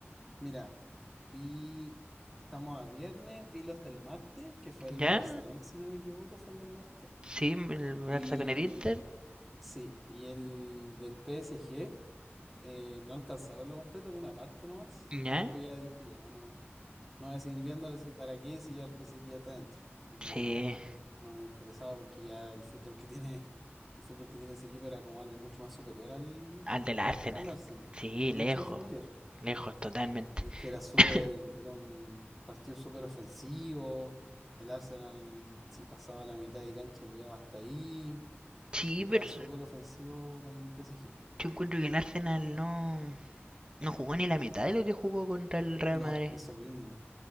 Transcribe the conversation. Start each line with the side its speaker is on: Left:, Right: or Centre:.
Centre: Mira, vi, estamos a viernes, vi los del martes, que fue el
Right: ¿Ya?
Centre: Barcelona, si no me equivoco, fue el del martes.
Right: Sí, el
Centre: Y
Right: Barça con el Inter.
Centre: sí, y el del PSG, eh, no alcancé a verlo completo, vi una parte nomás.
Right: ¿Ya?
Centre: Y después ya dije, ya no, no voy a seguir viéndolo, si para qué, si ya el PSG ya está dentro. No.
Right: Sí,
Centre: no me interesaba porque ya el fútbol que tiene, <laughs> el fútbol que tiene ese equipo era como algo mucho más superior al,
Right: al del Arsenal.
Centre: al Arsenal,
Right: Sí,
Centre: mucho
Right: lejos,
Centre: más superior,
Right: lejos totalmente.
Centre: porque era súper,
Right: <coughs>
Centre: era un partido súper ofensivo, el Arsenal si pasaba la mitad de cancha llegaba hasta ahí,
Right: Sí, pero
Centre: era súper ofensivo para el PSG.
Right: Yo encuentro que el Arsenal no, no jugó ni la mitad de lo que jugó contra el Real
Centre: No,
Right: Madrid.
Centre: eso mismo,